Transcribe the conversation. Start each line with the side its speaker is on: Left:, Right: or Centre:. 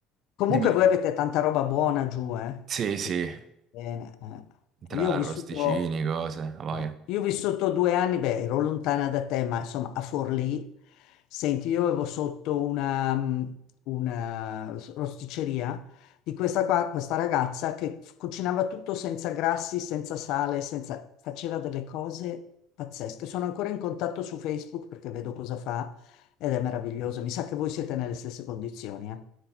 Left: comunque
Right: dimmi, dimmi.
Left: voi avete tanta roba buona giù, eh?
Right: Sì,
Left: Sì.
Right: sì,
Left: Bene,
Right: tra
Left: eh. Io ho
Right: arrosticini,
Left: vissuto...
Right: cose, a voglia.
Left: Eh, Io ho vissuto due anni, beh, ero lontana da te, ma insomma a Forlì, senti, io avevo sotto una, mm, una s- rosticceria di questa, qua, questa ragazza che f- cucinava tutto senza grassi, senza sale, senza... faceva delle cose pazzesche. Sono ancora in contatto su Facebook perché vedo cosa fa ed è meraviglioso. Mi sa che voi siete nelle stesse condizioni, eh.